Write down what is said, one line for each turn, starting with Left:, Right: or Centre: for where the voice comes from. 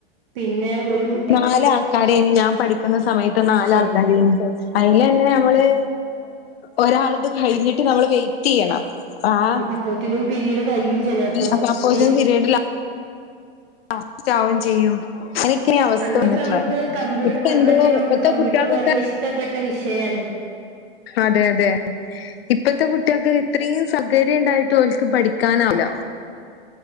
Right: പിന്നെ ഒരു കുട്ടിക്ക്
Left: നാല് ആൾക്കാരേന് ഞാൻ പഠിക്കുന്ന സമയത്ത് നാലാൾക്കാര
Right: ശരി
Left: അയിലന്നെ നമ്മള് ഒരാൾത് കഴിഞ്ഞിട്ട് നമ്മള് വെയിറ്റെയ്യണം ആഹ്
Right: അപ്പോത്തിനും പിരീഡ് കയ്യും ചിലപ്പോ
Left: അപ്പ അപ്പൊതിന്
Right: പിരി
Left: പിര്ഡ് ലാ ലാസ്റ്റാവും ചെയ്യും എനിക്കി ഈ അവസ്ഥ
Right: അന്നൊക്കെ
Left: വന്നിട്ടില്ല
Right: നമുക്ക് കമ്പ്യൂ
Left: ഇപ്പന്തെരോ
Right: അന്നൊക്കെ നമുക്ക്
Left: ഇപ്പത്തെ
Right: കമ്പ്യൂട്ടർ
Left: കുട്ടിയേൾക്കൊക്കെ
Right: എന്ന് പറയുന്നത് ഇഷ്ടപ്പെട്ട വിഷയാണ്.
Left: അതെ അതെ. ഇപ്പത്തെ കുട്ടിയേൾക്ക് ഇത്രിം സൗകര്യം ഇണ്ടായിട്ട് ഓൽക്ക് പഠിക്കാനാവുല്ല